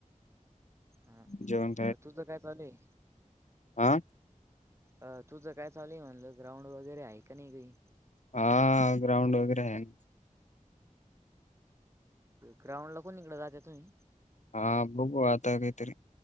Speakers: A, on the right (about 20°); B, on the left (about 60°).
A: हा
B: जेवण
A: तुझं काय चालय
B: आं
A: अ तुझं काय चालूय म्हणलं ग्राउंड वगैरे आहे का नाही काही
B: हा ग्राउंड वगैरे आहे
A: ग्रांड ला कोन नििकड जाते तुम्ही
B: हा बुबु आतगयतरी